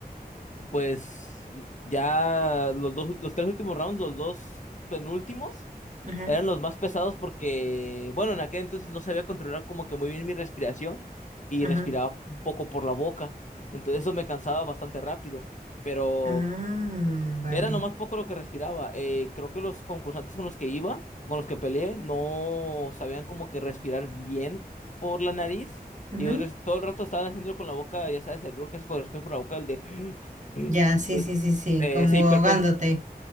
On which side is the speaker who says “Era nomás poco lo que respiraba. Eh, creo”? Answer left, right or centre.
Left